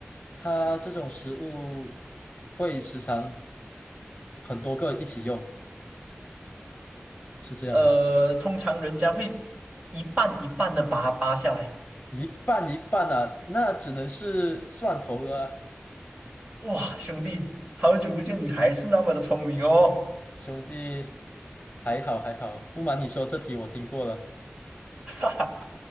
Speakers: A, on the left (about 35°); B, on the right (about 25°).
A: 他这种食物会时常很多个一起用，是这样吗？
B: 呃，通常人家会一半一半的把它扒下来。
A: 一半一半啊，那只能是蒜头了啊
B: 哇，兄弟，好久不见，你还是那么的聪明哦，
A: 兄弟，还好还好，不瞒你说，这题我听过了。
B: <laughs> 哈哈。